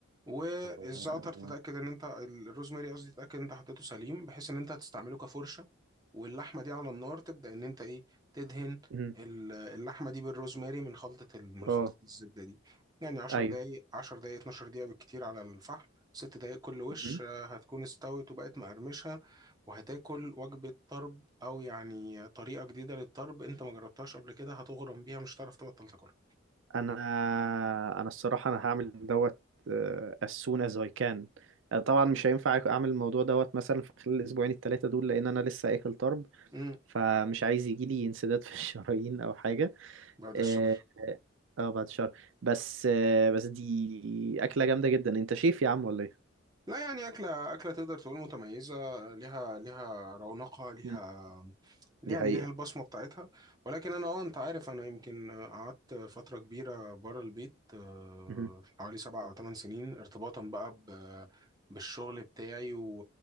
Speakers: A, on the right; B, on the right.
A: والزعتر
B: اه ورق لورا.
A: تتأكد ان انت الروزماري قصدي تتأكد ان انت حطيته سليم بحيث ان انت هتستعمله كفرشة واللحمة دي على النار تبدأ ان انت ايه تدهن
B: امم
A: ال- اللحمة دي بالروزماري من خلطة ال- من
B: اه
A: خلطة الزبدة دي يعني 10
B: ايوه
A: دقايق 10 دقايق 12 دقيقة بالكتير على الفحم ست دقايق كل وش
B: امم
A: آه، هتكون استوت وبقت مقرمشة وهتاكل وجبة طرب او يعني طريقه جديده للطرب انت ما جربتهاش قبل كده هتغرم بيها مش هتعرف تبطل تاكلها
B: انا انا الصراحة انا هعمل دوت آه، as soon as I can آه، طبعا مش هينفع اعمل الموضوع دوت مثلا في خلال الاسبوعين الثلاثة دول لان انا لسه اكل طرب
A: امم
B: فمش عايز يجي لي انسداد في <laughs> الشرايين او حاجه
A: بعد
B: اه
A: الشر
B: آه، بعد شهر بس آه بس دي اكله جامده جدا انت شيف يا عم ولا ايه
A: لا يعني أكلة أكلة تقدر تقول متميزة ليها ليها رونقها ليها
B: مم.
A: يعني
B: دي حقيقه
A: ليها البصمة بتاعتها ولكن أنا أه أنت عارف أنا يمكن قعدت فترة كبيرة بره البيت آه،
B: مهم.
A: حوالي سبع أو ثمان سنين ارتباطا بقى ب- بالشغل بتاعي و-